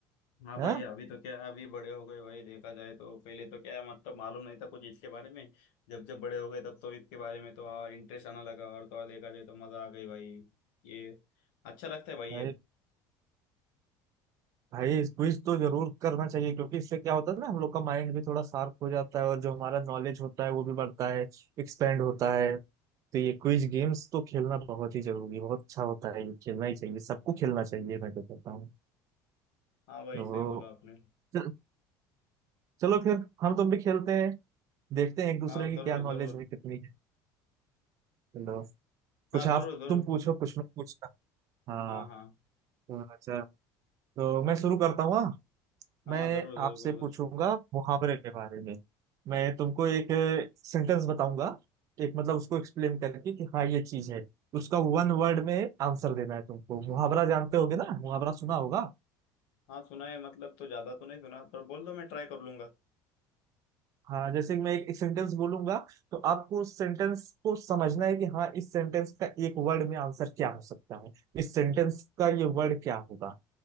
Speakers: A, on the left; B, on the right.
A: हाँ
B: हाँ
A: भाई अभी तो क्या अभी बड़े हो गए भाई देखा जाए तो पहले तो क्या है मतलब मालूम नहीं था कुछ इसके बारे में जब जब बड़े हो गए तब तो इसके बारे में तो आ, इंटरेस्ट आना लगा और तो और देखा जाए तो मजा आ गई भाई ये अच्छा लगता है भाई
B: भाई
A: ये
B: भाई क्विज तो जरूर करना चाहिए क्योंकि इससे क्या होता है ना हम लोग का माइंड भी थोड़ा शार्प हो जाता है और जो हमारा नॉलेज होता है वो भी बढ़ता है एक्सपेंड होता है तो ये क्विज गेम्स तो खेलना बहुत ही जरूरी बहुत अच्छा होता है ये खेलना ही चाहिए सबको खेलना चाहिए मैं तो कहता हूँ
A: हाँ भाई
B: तो
A: सही बोला आपने
B: चल- चलो फिर हम तुम भी खेलते हैं देखते हैं एक दूसरे
A: हाँ
B: की
A: जरूर
B: क्या नॉलेज
A: जरूर
B: है कितनी है चलो कुछ
A: हाँ
B: आप
A: जरूर जरूर
B: तुम पूछो कुछ मैं पूछता हूँ। हाँ
A: हाँ हाँ
B: तो अच्छा तो मैं शुरू करता हूँ हाँ?
A: हाँ
B: मैं
A: जरूर जरूर
B: आपसे
A: करो
B: पूछूंगा
A: दोस्तों
B: मुहावरे के बारे में मैं तुमको एक सेंटेंस बताऊंगा एक मतलब उसको एक्सप्लेन करके कि हाँ ये चीज है उसका वन वर्ड में आंसर देना है तुमको मुहावरा जानते होगे ना मुहावरा सुना होगा
A: हाँ सुना है मतलब तो ज्यादा तो नहीं सुना पर बोल दो मैं ट्राई कर लूंगा
B: हाँ जैसे कि मैं एक, एक सेंटेंस बोलूंगा तो आपको उस सेंटेंस को समझना है कि हाँ इस सेंटेंस का एक वर्ड में आंसर क्या हो सकता है इस सेंटेंस का ये वर्ड क्या होगा